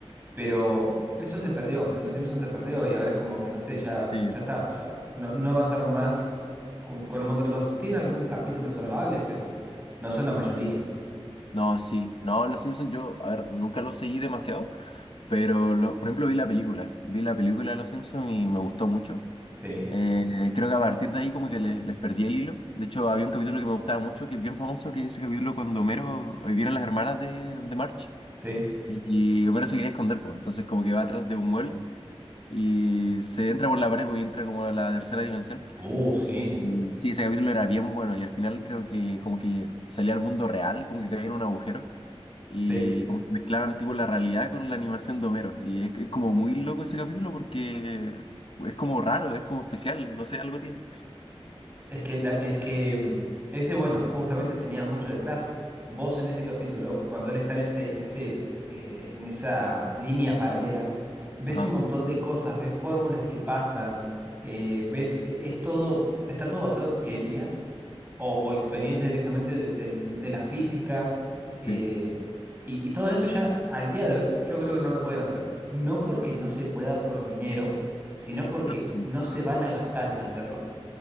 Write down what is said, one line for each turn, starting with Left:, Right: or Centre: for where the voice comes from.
Right: Pero eso se perdió, en Los Simpsons se perdió y ahora es como que, no sé, ya,
Left: sí.
Right: ya está, ya no, no avanzaron más con, con un montón de cosas. Tiene algún capítulo salvable, pero no son la mayoría.
Left: No, sí. No, Los Simpsons yo, a ver, nunca los seguí demasiado, pero lo- por ejemplo vi la película. Vi la película de Los Simpsons y me gustó mucho.
Right: Sí,
Left: Eh, creo que a partir de ahí como que les, les perdí el hilo. De hecho, había un capítulo que me gustaba mucho, que es bien famoso, que es ese capítulo cuando Homero eh, vienen las hermanas de, de March
Right: sí.
Left: y, y Homero se quiere esconder, pues. Entonces como que va atrás de un mueble y se entra por la pared pues, y entra como a la tercera dimensión.
Right: Uh, sí,
Left: Y Sí, ese capítulo era bien bueno y al final creo que como que salía al mundo real, como que caía en un agujero y
Right: sí.
Left: como que mezclaban tipo la realidad con la animación de Homero. Y es, es como muy loco ese capítulo porque es como raro, es como especial, no sé, algo tiene.
Right: Es que, la- es que mm, ese, bueno, justamente tenía mucho detrás. Vos en ese capítulo, cuando él está en ese, en ese, eh, en esa línea paralela, ves
Left: Ajá,
Right: un montón de cosas, ves fórmulas que pasan, eh, ves, e- es todo, está todo basado en teorías o, o experiencias directamente de, del- de la física. eh,
Left: sí,
Right: y, y todo eso ya al día de hoy, yo creo que no lo pueden hacer. No porque no se pueda por dinero, sino porque
Left: <clears throat>
Right: no se van a gastar en hacerlo.